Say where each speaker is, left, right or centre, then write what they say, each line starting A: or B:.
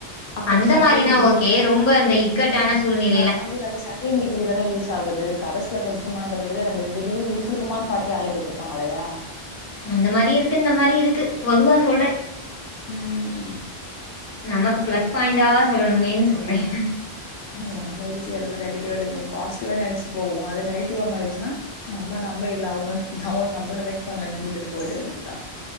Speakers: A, on the left; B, on the left.
A: அப்ப
B: அந்த
A: செகண்ட்
B: மாரினா ஓகே ரொம்ப அந்த இக்கட்டான சூழ்நிலை
A: நம்ளுக்கு அந்த செகண்ட் டிகிரி தான யூஸ் ஆகுது கரஸ்ல படிச்சமான்றத விட நம்ம ரெண்டு டிகிரி முடிச்சிருக்குமான்னு பாத்து வேலைக்கு எட்த்துப்பாங்க இல்லையா
B: அந்த மாரியு இருக்கு இந்த மாரியு இருக்கு பொதுவா சொல்றே
A: ம்
B: நமக்கு பிளஸ் பாயிண்டா சொல்லணுமேன்னு சொன்னே
A: நம்ம <unintelligible> நெகட்டிவா எடுக்கணு பாசிட்டிவா நெனச்சு போவோ அது நெகட்டிவா மாறிச்சுன்னா நம்ம நம்ப இல்லை அவுங்க <unintelligible> செலக்ட் பண்ண விட்டுட்டு போயிட வேண்டியதுதா